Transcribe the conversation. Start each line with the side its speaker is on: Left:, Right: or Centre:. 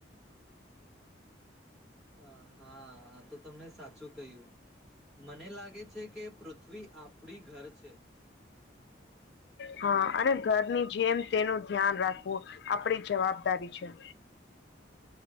Centre: હ હા તો તમને સાચું કહ્યું મને લાગે છે કે પૃથ્વી આપણી ઘર છે
Left: હા અને ઘરની જેમ તેનું ધ્યાન રાખવું આપડી જવાબદારી છે